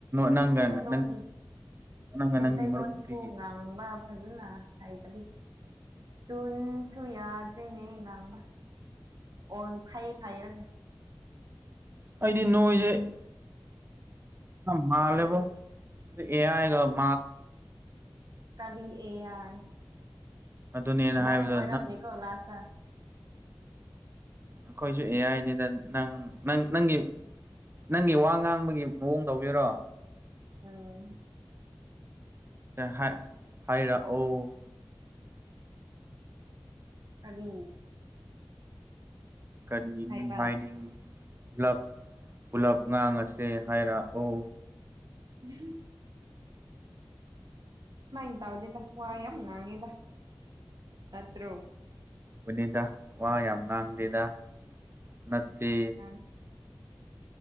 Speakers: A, on the right; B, on the right.
A: ꯅꯪꯒ
B: ꯃꯩꯇꯩꯂꯣꯟ
A: ꯅ ꯅꯪꯒ
B: ꯃꯩꯇꯩꯂꯣꯟꯁꯨ
A: ꯅꯪꯒꯤ ꯃꯔꯨꯞ ꯅꯨꯄꯤꯒꯤ
B: ꯉꯥꯡꯕ ꯐꯖꯅ ꯍꯥꯏꯇꯕꯤꯈꯤ ꯇꯨꯟꯁꯨ ꯌꯥꯗ꯭ꯔꯦꯅꯦ ꯉꯥꯡꯕ ꯑꯣ ꯐꯩ ꯐꯩꯔꯒ
A: ꯑꯩꯗꯤ ꯅꯣꯏꯁꯦ ꯃꯥ
B: ꯀꯔꯤ
A: ꯂꯩꯦꯕꯣ ꯑꯦꯑꯒ ꯃꯥ
B: ꯀꯕꯤ ꯑꯦ ꯌꯥꯏ
A: ꯑꯗꯨꯅꯦꯅ
B: ꯅꯪ
A: ꯍꯥꯏꯕꯗꯣ
B: ꯑꯣꯏꯔꯝꯗꯤꯦ ꯀꯣ ꯂꯥꯁꯇ
A: ꯑꯩꯈꯣꯏꯁꯨ ꯑꯦ ꯑꯥꯏꯅꯤꯗ ꯅꯪ ꯅꯪ ꯅꯪꯒꯤ ꯅꯪꯒꯤ ꯋꯥ ꯉꯥꯡꯕꯒꯤ ꯃꯑꯣꯡ ꯇꯧꯕꯤꯔꯣ
B: ꯑꯝ
A: ꯍꯥꯏ ꯍꯥꯏꯔꯥ ꯑꯣ
B: ꯀꯕꯤ
A: ꯀꯔꯤꯅꯤ
B: ꯍꯥꯏꯕ
A: ꯍꯥꯏꯅꯤꯡꯕ ꯄꯨꯂꯞ ꯄꯨꯂꯞ ꯉꯥꯡꯉꯁꯦ ꯍꯥꯏꯔꯛꯑꯣ
B: ꯎꯝ ꯁꯨꯃꯥꯏꯅ ꯇꯥꯎꯗꯦꯗ ꯋꯥ ꯌꯥꯝ ꯉꯥꯡꯉꯦꯗ ꯅꯠꯇ꯭ꯔꯣ
A: ꯎꯅꯤꯗ ꯋꯥ ꯌꯥꯝ ꯉꯥꯡꯗꯦꯗ ꯅꯠꯇꯦ
B: ꯉꯥꯡꯉꯤ